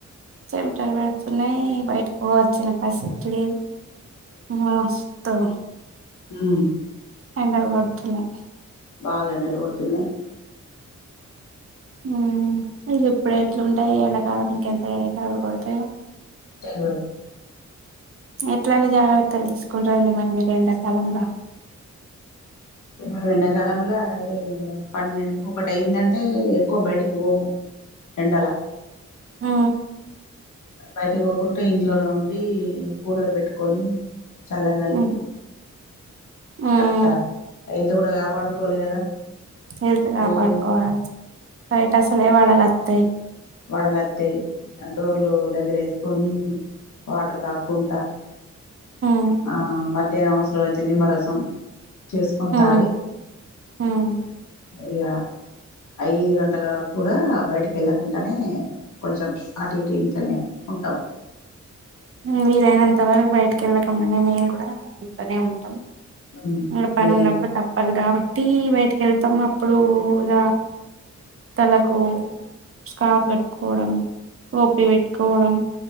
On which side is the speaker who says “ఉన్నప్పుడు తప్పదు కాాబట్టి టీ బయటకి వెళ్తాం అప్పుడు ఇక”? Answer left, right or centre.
Right